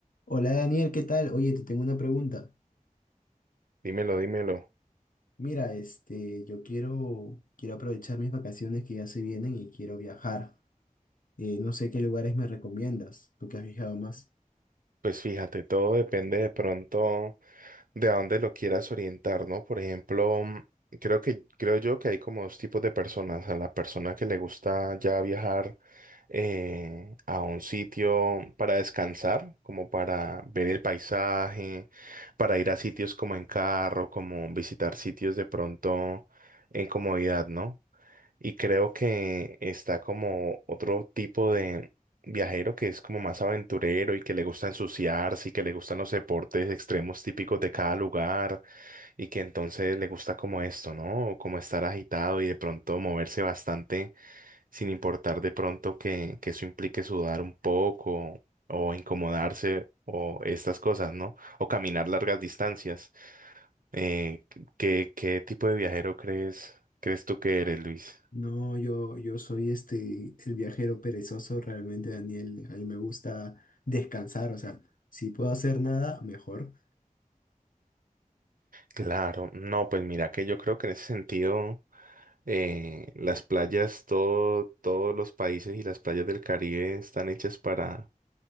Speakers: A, on the left; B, on the right.
A: Hola Daniel, ¿qué tal? Oye, te tengo una pregunta.
B: Dímelo, dímelo.
A: Mira, este, yo quiero, quiero aprovechar mis vacaciones que ya se vienen y quiero viajar. Eh, no sé qué lugares me recomiendas, tú que has viajado más.
B: Pues fíjate, todo depende de pronto de a dónde lo quieras orientar, ¿no? Por ejemplo, mm, creo que, creo yo que hay como dos tipos de personas. A la persona que le gusta ya viajar eh, a un sitio para descansar, como para ver el paisaje, para ir a sitios como en carro, como visitar sitios de pronto en comodidad, ¿no? Y creo que está como otro tipo de viajero que es como más aventurero y que le gusta ensuciarse y que le gustan los deportes extremos típicos de cada lugar y que entonces le gusta como esto, ¿no? Como estar agitado y de pronto moverse bastante sin importar de pronto que, que eso implique sudar un poco o incomodarse o estas cosas, ¿no? O caminar largas distancias. Eh, ¿qué, qué tipo de viajero crees, crees tú que eres, Luis?
A: No, yo, yo soy este, el viajero perezoso realmente, Daniel. A mí me gusta descansar, o sea, si puedo hacer nada, mejor.
B: Claro, no, pues mira que yo creo que en ese sentido eh, las playas, todo, todos los países y las playas del Caribe están hechas para,